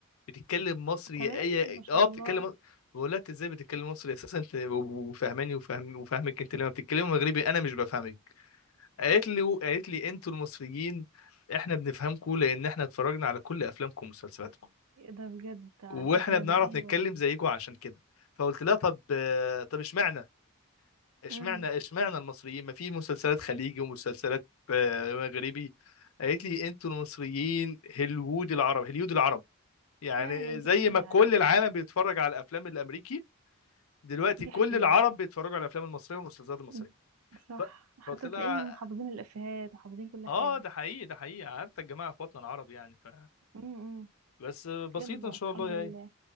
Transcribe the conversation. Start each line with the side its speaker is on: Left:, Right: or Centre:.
Left: بتتكلم مصري
Right: كمان
Left: يا ايه
Right: ما شاء
Left: اه
Right: الله
Left: بتتكلم مصري بقول لها انت ازاي بتتكلم مصري اساسا انت وفاهماني وفاهم وفاهمك انت لما بتتكلمي مغربي انا مش بفهمك قالت لي قالت لي انتوا المصريين احنا بنفهمكم لان احنا اتفرجنا على كل افلامكم ومسلسلاتكم
Right: ده بجد على
Left: واحنا
Right: فكرة
Left: بنعرف
Right: ده ايوه
Left: نتكلم زيكم عشان كده فقلت لها طب آه، طب اشمعنى اشمعنى
Right: امم
Left: اشمعنى المصريين ما في مسلسلات خليجي ومسلسلات آه، مغربي قالت لي انتوا المصريين هليوود العرب هليود العرب يعني
Right: فعلا دي
Left: زي
Right: حقيقة
Left: ما كل
Right: على فكرة
Left: العالم بيتفرج على الافلام الامريكي دلوقتي
Right: دي
Left: كل
Right: حقيقة
Left: العرب بيتفرجوا على الافلام المصريه والمسلسلات المصريه
Right: أمم، صح
Left: ف-
Right: حتى
Left: فقلت لها
Right: تلاقيهم محافظين الافيهات وحافظين كل
Left: اه
Right: حاجة
Left: ده حقيقي ده حقيقي حتى الجماعه اخواتنا العرب يعني ف
Right: امم أمم.
Left: بس بسيط
Right: يلا
Left: ان شاء
Right: الحمد
Left: الله يعني
Right: لله